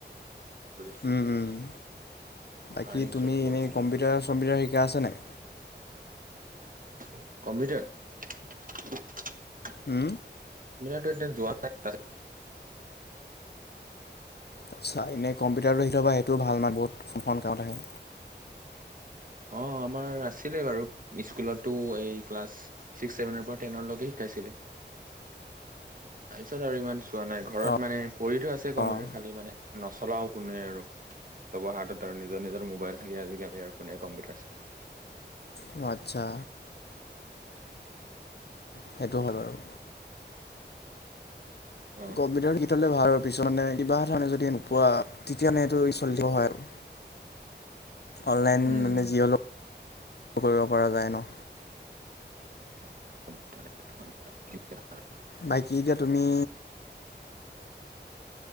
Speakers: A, on the right; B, on the left.
A: <unintelligible> <unintelligible>
B: উম, উম। বাকী
A: আৰ্নিং
B: তুমি
A: চৰ্চ বহুত
B: এনেই
A: ভাল হৈ
B: কম্পিউটাৰ
A: যায়
B: চম্পিউটাৰ শিকা আছে নে?
A: কম্পিউটাৰ।
B: উম
A: মিনট এট যোৱা্
B: অট্চা কম্প ভটাৰটোখি থবা সেইটোও ভাল মান বহুতখন কামত আহে।
A: অঁ আমাৰ আছিলে বাৰু স্কুলতো এই ক্লাছ ছিক্স ছেভেনৰ পৰা টেনৰলৈকে শিকাইছিলে। তাৰপিছত আৰু ইমান চোৱা নাই ঘৰত
B: অ',
A: মানে। পঢ়তো আছে কম্পিউটাৰ
B: অ',
A: খালি মানে ন। চলাওঁ কোনে আৰু চবৰ হাতত আৰু নিজৰ নিজৰ মোবাইল থাকে আজিকালি আৰু কোনে কম্পিউটাৰ চায়।
B: অ আচ্ছা। সেইটো হয় বাৰু।
A: অ
B: কম্পিউটাৰ গীতলে ভাল আৰু পিছত মানিবা এটা নে যদি। পোৱা তেতিয়াানে এইটো চলিব হয় আৰু। অনলাইন
A: উম
B: মানে যি হ'লেও কৰিব পৰা যায় ন?
A: <unintelligible>
B: বাকী এতিয়া তুমি।